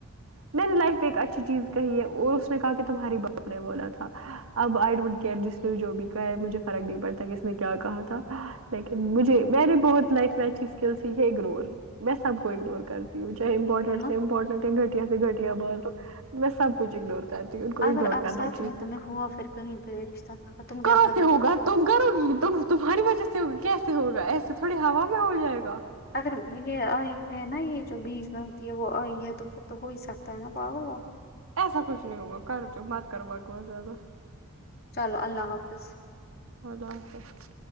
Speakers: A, on the right; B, on the left.
A: میں میں نے لائف پے ایک اچھی چیز کہی ہے اور اس نے کہا کہ تمہاری باپ نے بولا تھا اب آئی ڈونٹ کیئر جس نے جو بھی کہا ہے مجھے فرق نہیں پڑتا کس نے کیا کہا تھا لیکن مجھے میری بہت لائف میں اچھی سکلز یے اگنور میں سب کو اگنور کر ہوں چاہے امپورٹنٹ
B: تم
A: سے امپورٹنٹ یا گھٹیا سے گھٹیا بات ہو میں سب کچھ اگنور کرتی ہوں ان کو
B: اگر
A: اگنور
B: اب
A: کرنا
B: سچ
A: چاہیے
B: میں تو
A: سب
B: تمہے
A: کو
B: ہوا پھر کہیں پے رشتہ قتم تم کیا
A: کہاں
B: کرو
A: سے
B: گی
A: ہوگا تم کروگی تمہاری وجہ سے ہوگی کیسے ہوگا ایسے تھوڑی ہوا میں ہو جائے گا
B: اگر یے آئی ہے نا یےجو بیچ میں ہوتی ہے وہ آئی ہے تو پھر تو ہو ہی سکتا ہے نہ پاگل ہے
A: ایسا کچھ نہیں ہوگا کر جو بات کر بکوا زیادہ
B: چل اللہ حافظ
A: اللہ حافظ